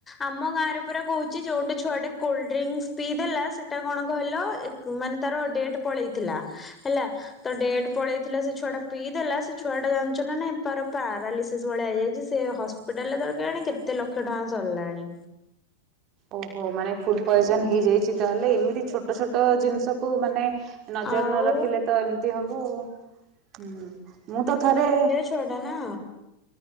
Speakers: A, on the left (about 15°); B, on the right (about 35°).
A: ଆମ ଗାଁ ରେ ପୁରା କହୁଛି ଯୋଉଟି ଛୁଆଟେ କୁଲ୍ଡରୀଙ୍ଗସ ପିଇ ଦେଲା ସେଟା କଣ କହିଲ ମାନେ ତାର ଡେଟ ପଳେଇଥିଲା ହେଲା। ତ ଡଟ ପଳେଇଥିଲା ସେ ଛୁଆଟା ପିଇଦ ଦେଲା ସେ ଛୁଆ ଟା ଜାଣିଛ ନାଇଁ ଟାର ପାରାଲିସିସ୍ ଭଳିଆ ହେଇଯାଇଛି। ସେ ହସ୍ପିଟାଲରେେ ତାର କେଜାଣି କେତେ ଲକ୍ଷ ଟଙ୍କା ସରିଲାଣି।
B: ଓହୋ ମାନେ ଫୁଡ ପଏଜନ ହେଇଯାଇଛି ତାହେଲେ ଏମିତି ଛୋଟ ଛୋଟ ଜିନିଷକୁ ମାନେ ନଜର
A: ଆଉ
B: ନ ରଖିଲେ ତ ଏମିତି ହବ ଆଉ ହୁଁ ମୁଁ ତ ଥରେ
A: ଶୋଡା ନା।